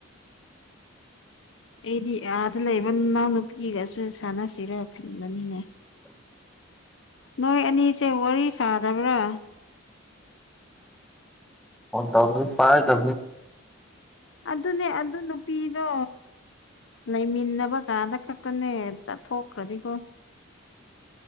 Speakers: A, on the left; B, in the centre.
A: ꯑꯩꯗꯤ ꯑꯥꯗ ꯂꯩꯕ ꯏꯅꯥꯎꯅꯨꯄꯤꯒꯁꯨ ꯁꯥꯟꯅꯁꯤꯔ ꯈꯟꯕꯅꯤꯅꯦ
B: <inaudible>
A: ꯅꯣꯏ ꯑꯅꯤꯁꯦ ꯋꯥꯔꯤ ꯁꯥꯗꯕ꯭ꯔꯥ
B: ꯋꯥꯟ ꯊꯥꯎꯖ ꯐꯥꯏ ꯇ
A: ꯑꯗꯨꯅꯦ ꯑꯗꯨ ꯅꯨꯄꯤꯗꯣ ꯂꯩꯃꯤꯟꯅꯕ ꯀꯀꯥꯗ ꯈꯛꯇꯅꯦ ꯆꯠꯊꯣꯛꯈ꯭ꯔꯅꯤꯀꯣ